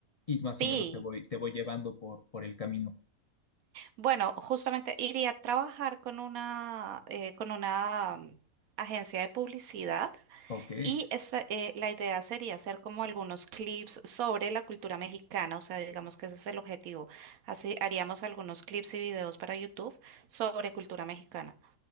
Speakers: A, on the left; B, on the right.
A: y más
B: sí.
A: o menos te voy, te voy llevando por, por el camino.
B: Bueno, justamente iría a trabajar con una, eh, con una mm, agencia de publicidad
A: Ok,
B: y esa, eh, la idea sería hacer como algunos clips sobre la cultura mexicana, o sea, digamos que ese es el objetivo. Así haríamos algunos clips y videos para YouTube sobre cultura mexicana.